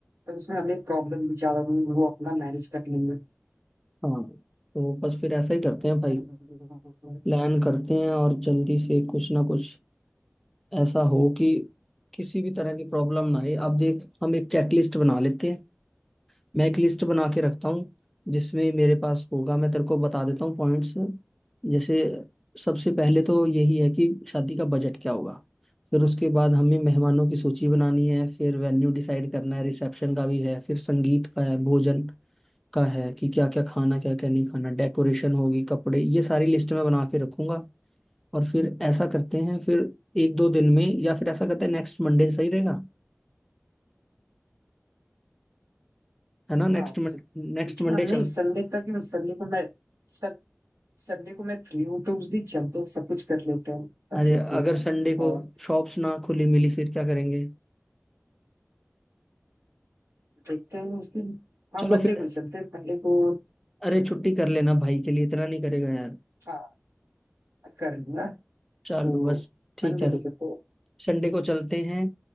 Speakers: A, on the right; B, in the centre.
A: पर उसमें हमें प्रॉब्लम भी ज्यादा नहीं वो अपना मैनेज कर लेंगे
B: हाँ तो बस फिर ऐसा ही करते
A: बस
B: हैं भाई
A: हम-
B: प्लान करते हैं और जल्दी से कुछ ना कुछ ऐसा हो कि किसी भी तरह की प्रॉब्लम ना आए अब देख हम एक चेकलिस्ट बना लेते हैं मैं एक लिस्ट बना के रखता हूँ जिसमें मेरे पास होगा मैं तेरे को बता देता हूँ पॉइंट्स जैसे सबसे पहले तो यही है कि शादी का बजट क्या होगा फिर उसके बाद हमें मेहमानों की सूची बनानी है फिर वेन्यू डिसाइड करना है रिसेप्शन का भी है फिर संगीत का है भोजन का है कि क्या क्या खाना क्या क्या नहीं खाना डेकोरेशन होगी कपड़े ये सारी लिस्ट मैं बना के रखूंगा और फिर ऐसा करते हैं फिर एक दो दिन में या फिर ऐसा करते हैं नेक्स्ट मंडे सही रहेगा है ना नेक्स्ट
A: हाँ स-
B: मंडे नेक्स्ट
A: क्योंकि
B: मंडे
A: हम नहीं
B: चल
A: संडे तक संडे को मैं सं- संडे को मैं फ्री हूँ तो उस दिन चलते हैं सब कुछ कर लेते हैं अच्छे
B: अरे
A: से
B: अगर संडे को
A: और
B: शॉप्स ना खुली मिली फिर क्या करेंगे
A: देखते हैं उस दिन हाँ
B: चलो
A: मंडे
B: फिर
A: को ही चलते हैं मंडे को
B: अरे छुट्टी कर लेना भाई के लिए इतना नहीं करेगा यार
A: हाँ कर लूंगा
B: चलो
A: तो
B: बस ठीक
A: मंडे
B: है
A: को चलते हैं
B: संडे को चलते हैं